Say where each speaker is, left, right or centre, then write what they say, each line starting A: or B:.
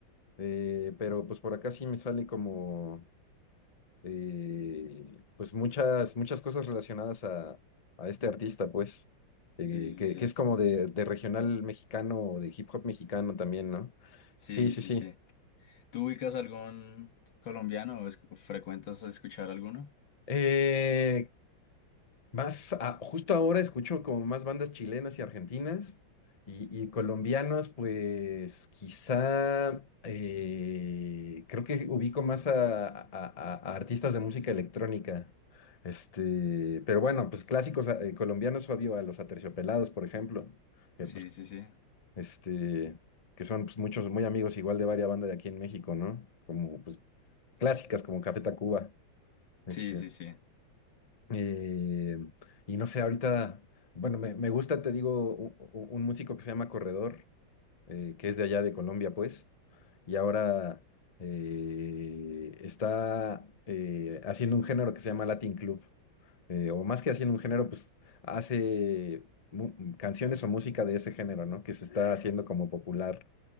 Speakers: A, on the left (about 30°); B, on the left (about 70°).
A: Eh, pero pues por acá sí me sale como. eh, pues muchas, muchas cosas relacionadas a, a este artista, pues, eh,
B: Sí, sí,
A: que,
B: sí.
A: que es como de, de regional mexicano o de hip hop mexicano también, ¿no?
B: Sí,
A: Sí, sí,
B: sí,
A: sí.
B: sí. ¿Tú ubicas algún colombiano o es- frecuentas escuchar alguno?
A: Eh, Más, a- justo ahora escucho como más bandas chilenas y argentinas y, y colombianos, pues quizá eh, creo que ubico más a, a- a- a artistas de música electrónica. Este, pero bueno, pues clásicos eh, colombianos, Fabio, a los Aterciopelados, por ejemplo, que
B: Sí,
A: pues,
B: sí, sí.
A: este, que son pues, muchos muy amigos igual de varias bandas de aquí en México, ¿no? Como pues clásicas como Café Tacuba. Este,
B: Sí, sí, sí.
A: eh, y no sé, ahorita, bueno, me, me gusta, te digo, u- u- un, músico que se llama Corredor, eh, que es de allá de Colombia, pues, y ahora eh, está eh, haciendo un género que se llama Latin Club, eh, o más que haciendo un género, pues hace mu- canciones o música de ese género, ¿no? Que se está haciendo como popular